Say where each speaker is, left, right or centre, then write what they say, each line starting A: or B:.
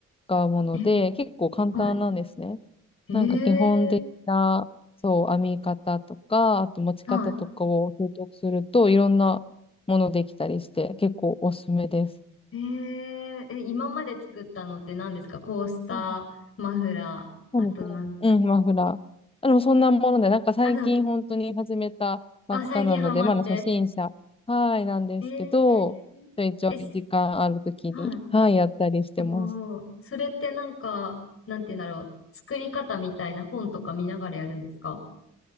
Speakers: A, on the left; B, on the left.
A: 使うもので、
B: え、
A: 結構簡単なんですね。
B: はい。え
A: なんか基本的な、
B: ー、
A: そう、編み方とか、あと持ち方とかを習得すると、
B: は
A: いろんなものできたりして、結構おすすめです。
B: い。えー、え、今まで作ったのって何ですかコースター、
A: うんうん
B: マフラー、
A: そうですね。
B: あと何
A: うん、マフラー。でもそんなもので、なんか最近本当に始めたばっかなので、
B: あ、なんか、あ、最近ハマって。
A: まだ初心者、はい、なんですけど、
B: えー、
A: ちょいちょい時間あるときに、
B: え、すはい。
A: はい、やったりしてます。
B: すごい。それってなんか、なんて言うんだろう。作り方みたいな本とか見ながらやるんですか